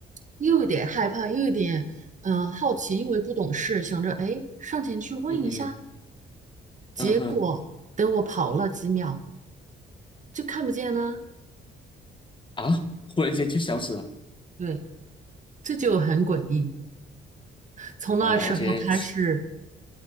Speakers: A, on the right; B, on the left.
A: 又有点害怕，又有点嗯、呃好奇，因为不懂事，想着哎上前去问一下，
B: 嗯哼，
A: 结果等我跑了几秒
B: 嗯哼，
A: 就看不见了。
B: 啊，忽然间就消失了，
A: 对，这就很诡异。从那时候开始，
B: 妈呀，我今天，